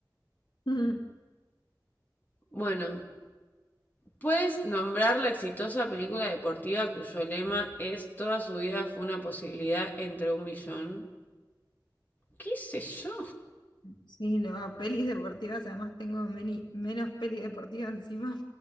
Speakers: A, on the left (about 80°); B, on the left (about 25°).
A: <laughs> Ujú.
B: Bueno, Puedes nombrar la exitosa película deportiva cuyo lema es Toda su vida fue una posibilidad entre un millón. ¿Qué sé yo?
A: Sí, no, pelis deportivas, además tengo meni- menos pelis deportivas encima